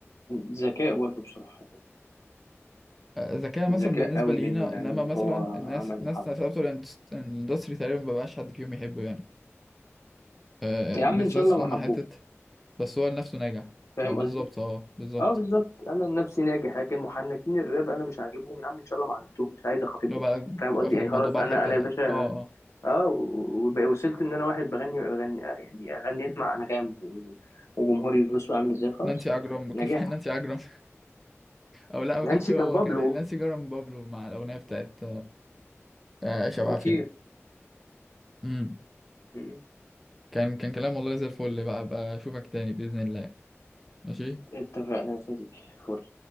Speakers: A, on the left; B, in the centre.
A: ذكاء برضه بصراحه يعني
B: ذكاء مثلا
A: ذكاء
B: بالنسبة
A: قوي
B: لينا
A: منه يعني
B: إنما
A: ان
B: مثلا
A: هو
B: الناس
A: عمل
B: ناس
A: الحركه
B: نفسها
A: دي
B: بتوع الاندس- الاندستري تقريبا مبقاش حد فيهم يحبه يعني آه،
A: يا
B: بالذات
A: عم ان شاء الله
B: لما
A: ما حبوه
B: حتة بس هو لنفسه ناجح
A: فاهم
B: ما بالظبط
A: قصدي
B: اه بالظبط
A: اه بالظبط انا نفسي ناجح لكن محنكين الراب انا مش عاجبهم يا عم ان شاء الله ما عجبتهم مش عايز اخاطبهم
B: لو بقى
A: اصلا فاهم قصدي
B: واخد
A: يعني
B: الموضوع
A: خلاص
B: بقى
A: انا
B: الحتة
A: انا يا باشا
B: اه اه
A: اه و- و- وصلت ان انا واحد بغني غني يعني غنيت مع انغام و- وجمهوري بصوا عامل ازاي خلاص
B: نانسي عجرم <laughs> كيف
A: نجاح
B: نانسي عجرم أو لا ما
A: نانسي
B: كانش هو
A: كان بابلو
B: كان نانسي عجرم بابلو مع الأغنية بتاعت آه، عيشة
A: خطير
B: بعافية أمم.
A: م.
B: كان كان كلام والله زي الفل بقى بقى أشوفك تاني بإذن الله ماشي
A: اتفقنا يا صديقي فل